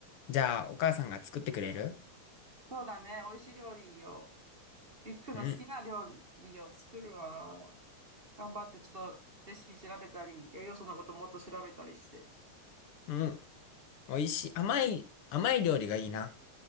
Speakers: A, on the left; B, on the right.
A: じゃあ、お母さんが作ってくれる
B: そうだね。美味しい料理を、ゆきくんの好きな料理を作るわ。
A: うん。
B: 頑張ってちょっとレシピ調べたり、栄養素のこともっと調べたりして。
A: うん。美味しい。甘い、甘い料理がいいな。